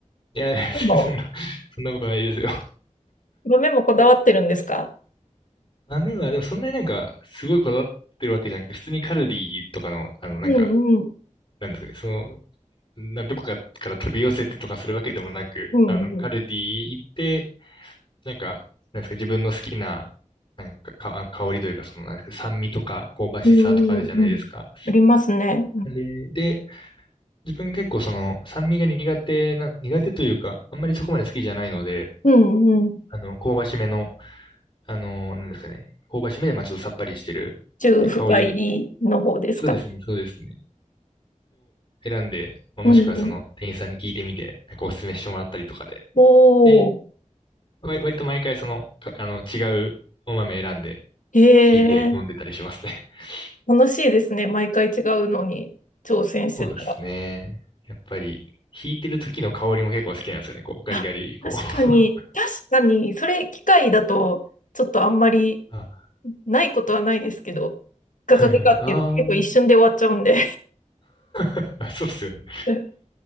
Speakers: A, on the left (about 45°); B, on the left (about 85°).
A: いやいや、<laughs>
B: でも、
A: そんな、そんなことないですよ。<laughs>
B: 豆もこだわってるんですか
A: 豆は、でもそんなになんか、すごいこだわってるわけじゃなくて、普通にカルディとかの、あの、なんか、
B: うん、うん、
A: なんですかね、その、な、どこかから取り寄せてとかするわけでもなく、
B: うん、
A: あの、
B: うん、
A: カルディ行って、なんか、なんですか、自分の好きな、なんか、か、香りというか、その、なんですか、酸味とか、香ばしさとかあるじゃないですか。
B: うん、うん。ありますね。
A: あれで、自分結構その、酸味が苦手な、苦手というか、あんまりそこまで好きじゃないので、
B: うんうん。
A: あの、香ばしめの、あの、なんですかね。香ばしめで、まあちょっとさっぱりしてる。
B: 中深入りの方ですかね。
A: で、香り。そうですね、そうですね。選んで、まあ、
B: うんうん。
A: もしくはその店員さんに聞いてみて、なんかおすすめしてもらったりとかで。
B: お
A: で、
B: ー、
A: 割、割と毎回その、かあの、違うお豆選んで、
B: へ
A: 引いて飲んでたりしますね。
B: え、
A: <laughs>
B: 楽しいですね。毎回違うのに挑戦してたら。
A: そうですね。やっぱり、引いてる時の香りも結構好きなんですよね。こう、ガリガリ、
B: あ、
A: こう。
B: 確かに、
A: <laughs>
B: 確かに、それ機械だと、ちょっとあんまり
A: あ、
B: ないことはないですけど、ガガガガって結構一瞬で終わっちゃうんで。
A: はいはい。あー <laughs> そうっすよね。
B: <laughs>